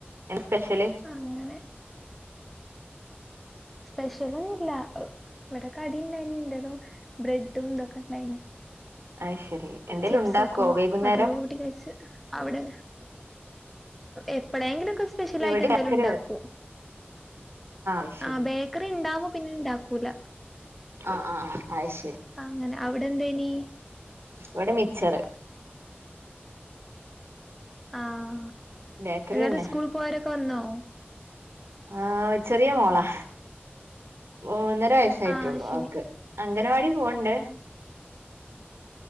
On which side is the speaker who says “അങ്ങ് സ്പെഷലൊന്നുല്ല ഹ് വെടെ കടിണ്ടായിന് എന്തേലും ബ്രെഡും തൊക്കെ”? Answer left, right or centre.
Centre